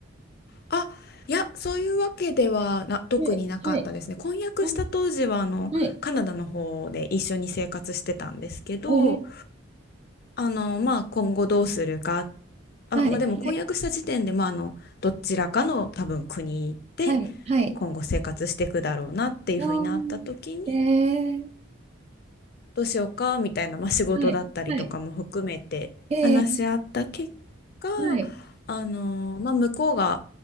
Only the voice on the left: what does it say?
あ、いや、そういうわけではな、特になかったですね。
婚約した当時は、
あの、
カナダの方で一緒に生活してたんですけど、
あの、まあ、今後どうするか。
あ、まあ、でも婚約した時点で、
まあ、あの、どちらかの多分国で
今後生活していくだろうなっていうふうになった時に、
どうしようかみたいな、まあ、仕事だったりとかも含めて話し合った結果、
あのまあ、向こうが、